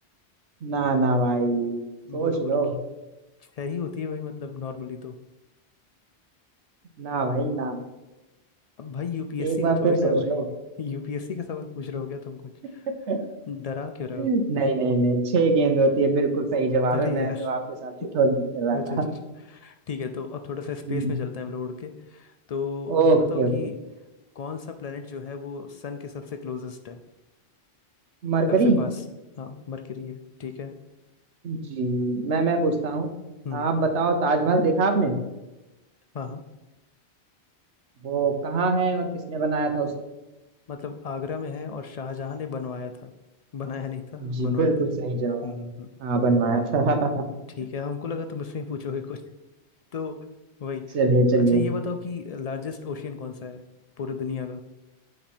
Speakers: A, on the right (about 85°); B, on the left (about 60°).
A: ना ना भाई सोच
B: बोलो बोलो
A: लो
B: कि छह ही होती है भाई मतलब नॉर्मली तो
A: ना भाई ना
B: अब भाई यूपीएससी
A: एक बार
B: का थोड़ी
A: फिर
B: ना
A: सोच
B: है भाई
A: लो
B: <laughs> यूपीएससी का सवाल पूछ रहे हो क्या तुम कुछ
A: <laughs>
B: डरा क्यों रहे
A: नहीं
B: हो
A: नहीं नहीं छह गेंद होती है बिल्कुल सही जवाब
B: अरे
A: है मैं
B: यार
A: तो आपके साथ ठिठोली
B: <laughs>
A: भी कर रहा था
B: अच्छा अच्छा अच्छा ठीक है तो अब थोड़ा सा
A: जी
B: स्पेस में चलते हैं हम लोग उड़ के तो
A: Okay
B: ये बताओ
A: okay
B: कि कौन सा प्लेनेट जो है वो सन के सबसे क्लोजेस्ट है
A: मरकरी
B: सबसे पास हाँ मरकरी है ठीक है
A: जी मैं मैं पूछता हूँ
B: हम्म
A: आप बताओ ताजमहल देखा आपने
B: हाँ हाँ।
A: वो कहाँ है और किसने बनाया था
B: मतलब आगरा में है और शाहजहां ने बनवाया था बनाया नहीं था
A: जी
B: बनवाया
A: बिल्कुल
B: था
A: सही जवाब
B: हम्म हम्म, हम्म।
A: हाँ बनवाया था <laughs>
B: ठीक है हमको लगा तुम इसमें पूछोगे कुछ <laughs> तो वही
A: चलिए
B: अच्छा
A: चलिए
B: ये बताओ कि लार्जेस्ट ओशियन कौन सा है पूरी दुनिया का